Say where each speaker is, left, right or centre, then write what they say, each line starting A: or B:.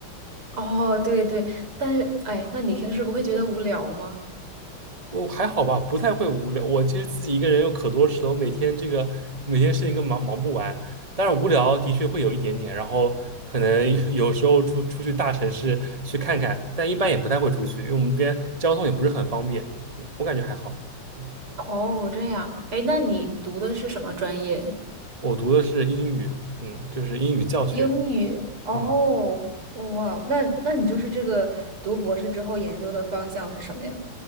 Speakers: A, on the right; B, on the right.
A: 哦，对对，但是哎，那你平时不会觉得无聊吗？
B: 我还好吧，不太会无聊。我其实自己一个人有可多事了，我每天这个每天事情都忙忙不完。但是无聊的确会有一点点，然后可能 <laughs> 有时候出出去大城市去看看，但一般也不太会出去，因为我们这边交通也不是很方便。嗯，我感觉还好。嗯
A: 哦，这样，哎，那你读的是什么专业？
B: 我读的是英语，嗯，就是英语教学。
A: 英语哦，
B: 嗯。
A: 哇，那那你就是这个读博士之后研究的方向是什么呀？